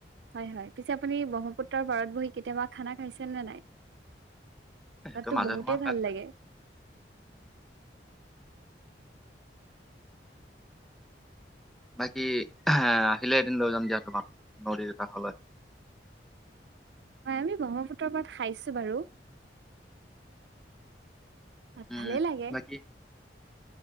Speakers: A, on the right (about 70°); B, in the centre.
A: হয় -হয় পিছে আপুনি ব্ৰহ্মপুত্ৰৰ পাৰত বহি কেতিয়াবা খানা খাইছে নে নাই?
B: সেইটো
A: তাতো
B: মাজে
A: বহুতেই
B: সময়ে খাই
A: ভাল
B: থকা
A: লাগে।
B: যায় বাকী আহিলে এদিন লৈ যাম দিয়া তোমাক নদীৰ কাষলৈ। <inaudible>
A: হয়, আমি ব্ৰহ্মপুত্ৰৰ পৰা খাইছো বাৰু। তাত
B: উম
A: ভালেই লাগে।
B: বাকী